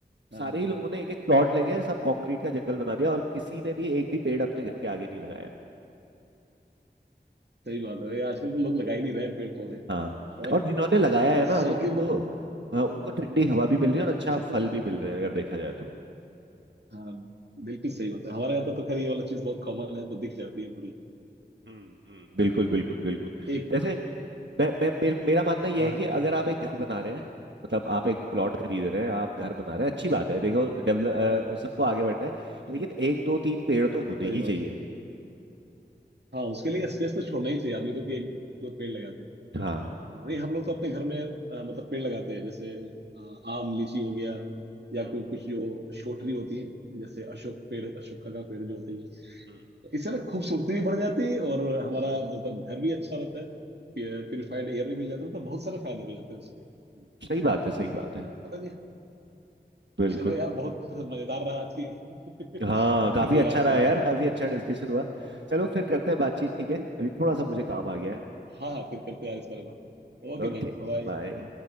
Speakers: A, on the right; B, on the right.
A: हाँ
B: सारे
A: हाँ
B: ही लोगों ने एक एक प्लॉट लेके सब कंक्रीट का जंगल बना दिया और किसी ने भी एक भी पेड़ अपने घर के आगे नहीं लगाया
A: सही बात है ये आजकल तो लोग लगा ही नहीं रहे हैं पेड़ पौधे
B: हाँ
A: और
B: और जिन्होंने लगाया है ना
A: सर
B: वो उनको
A: के बल
B: अ, उनको ठंडी हवा भी मिल रही है और अच्छा फल भी मिल रहा है अगर देखा जाए तो
A: हाँ बिल्कुल सही बात है हमारे यहाँ पे तो खैर ये वाला चीज बहुत कॉमन है तो दिख जाती है थोड़ी
B: हम्म हम्म बिल्कुल बिल्कुल बिल्कुल
A: एक,
B: जैसे
A: एक
B: मैं मैं मेर, मेरा मानना यह
A: हाँ
B: है
A: हाँ।
B: कि अगर आप एक घर बना रहे हैं मतलब आप एक प्लॉट खरीद रहे हैं आप घर बना रहे हैं अच्छी बात है देखो डेवलप सबको आगे बढ़ना है लेकिन एक दो तीन पेड़ तो होने
A: सही
B: ही
A: बात
B: चाहिए
A: हाँ उसके लिए स्पेस तो छोड़ना ही चाहिए आदमी को कि एक दो पेड़ लगा दे
B: हाँ
A: अरे हम लोग तो अपने घर में अ, मतलब पेड़ लगाते हैं जैसे अ, आम लीची हो गया या
B: हम्म
A: कोई कुछ जो शोटरी होती है जैसे अशोक पेड़ अशोका का पेड़ जो होती है
B: हम्म
A: तो इससे ना खूबसूरती भी बढ़ जाती है और हमारा मतलब घर भी अच्छा रहता है प्योरीफाइड एयर भी मिल जाता है मतलब बहुत सारे फायदे हो जाते हैं उसके
B: हम्म। सही बात है सही बात है
A: पता नहीं
B: बिल्कुल
A: चलो यार बहुत मजेदार रहा आज की <laughs>
B: हाँ काफी
A: चीजें
B: अच्छा
A: याद
B: रहा
A: करके
B: यार
A: तो
B: काफी अच्छा डिस्कशन हुआ चलो फिर करते हैं बातचीत ठीक है अभी थोड़ा सा मुझे काम आ गया है
A: हाँ हाँ फिर करते हैं यार इस बारे में बात ओके
B: Okay
A: भाई बाय
B: bye